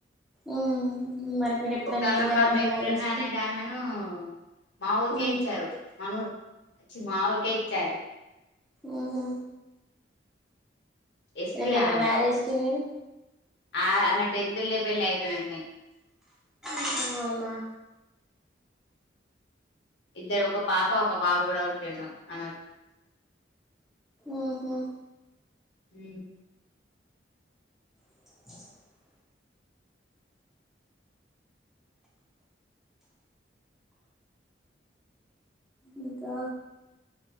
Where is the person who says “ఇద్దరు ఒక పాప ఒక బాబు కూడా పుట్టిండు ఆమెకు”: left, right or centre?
Left